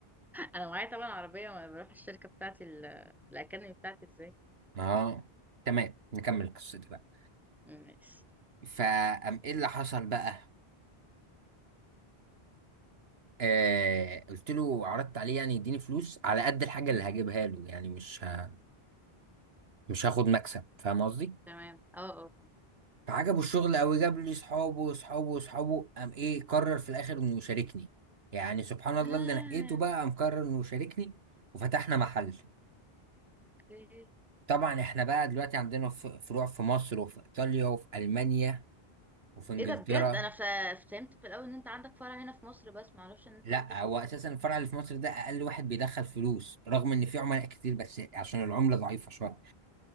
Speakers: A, in the centre; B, on the right (about 75°).
A: أنا معايا طبعا عربية وأنا بروح الشركة بتاعتي ال- الأكاديمي بتاعتي إزاي
B: اه تمام نكمل قصتي بقى
A: ماشي
B: فقام ايه اللي حصل بقى آه قلت له عرضت عليه يعني يديني فلوس على قد الحاجه
A: مم.
B: اللي هجيبها له يعني مش ه... مش هاخد مكسب فاهم قصدي
A: تمام اه اه
B: فعجبه الشغل قوي جاب لي صحابه وصحابه وصحابه قام ايه قرر في الاخر انه يشاركني يعني سبحان الله
A: آه،
B: اللي نقيته بقى قام قرر انه يشاركني وفتحنا محل
A: اوكي
B: طبعا احنا بقى دلوقتي عندنا ف- فروع في مصر وفي ايطاليا وفي المانيا وفي انجلترا
A: ايه ده بجد انا فا- فهمت في الاول ان انت عندك فرع هنا في مصر بس ما اعرفش ان انت
B: لا
A: عندك
B: هو
A: في
B: اساسا
A: فرع
B: الفرع
A: تاني
B: اللي في مصر ده اقل واحد بيدخل فلوس رغم ان في عملاء كتير بس عشان العملة ضعيفة شوية